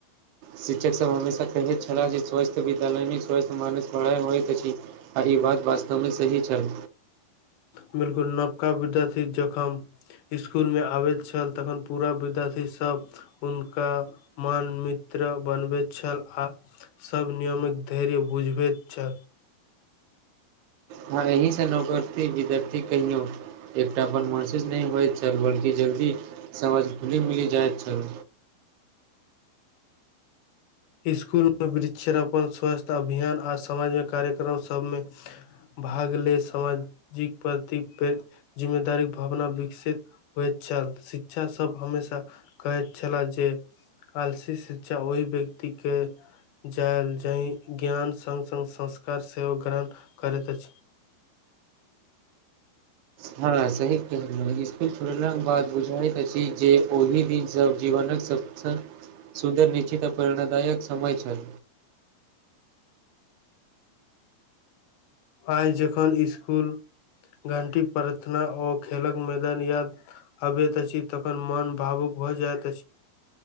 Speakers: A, on the right; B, on the left.
A: शिक्षक सभ हमेशा कहैत छलाह जे स्वस्थ विद्यालय मे स्वस्थ मानस पढ़ाइ होइत अछि आ ई बात वास्तव मऽ सही छल
B: बिल्कुल नवका विद्यार्थी जखन स्कुल मे आबैत छल तखन पूरा विद्यार्थी सभ हुनका मान मित्र बनबैत छल आ सभ नियमक धैर्य बुझबैत छलय
A: हँ एहिसँ नौकरती विद्यर्थी कहियो एकटापन महसुस नहि होइत छल बल्कि जल्दी समझ खुली मिली जाइत छल
B: स्कुल में वृक्षरोपण स्वस्थ्य अभियान आ समाज मे कार्यक्रम सब मे भाग ले सामाजिक प्रति फेर जिम्मेदारी भावना विकसित होइत छल शिक्षा सभ हमेशा कहैत छलहय जे आलसी शिक्षा ओहि व्यक्ति के जायल जाहि ज्ञान संग संग संस्कार सेहो ग्रहण करैत अछि
A: हँ सही कहलहुँ स्कुल छोड़लाक बाद बुझाइत अछि जे ओहि दिन सब जीवनक सब सँ सुन्दर निश्चित प्रेरणादायक समय छल
B: आइ जखन स्कुल घंटी प्रार्थना ओ खेलक मैदान या अबैत अछि तखन मन भावुक भऽ जाइत अछि